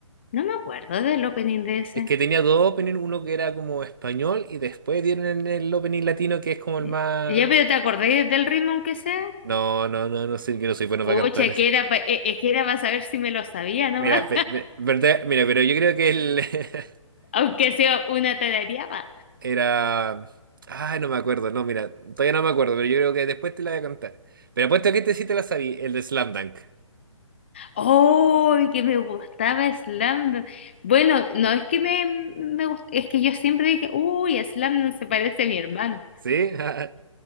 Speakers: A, on the left; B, on the right.
A: No me acuerdo del opening de ese.
B: Es que tenía dos openings, uno que era como español y después dieron el opening latino que es como
A: Eh,
B: el más.
A: Ya, pero ¿te acordé del ritmo aunque sea?
B: No, no, no, no sé, yo no soy bueno
A: Pucha,
B: para cantar.
A: que era, pa- eh, es que era para saber si me lo sabía nomás,
B: Mira, pe- pe- verdad- mira, pero yo creo que él <laughs>
A: <laughs> aunque sea una tarareaba.
B: era. Ay, no me acuerdo, no, mira, todavía no me acuerdo, pero yo creo que después te la voy a contar. Pero apuesto que este sí te la sabí, el de Slam Dunk.
A: ¡Oh, que me gustaba Slam Dunk! Bueno, no es que me, me gust- es que yo siempre dije, uy, Slam Dunk se parece a mi hermano.
B: ¿Sí? <laughs>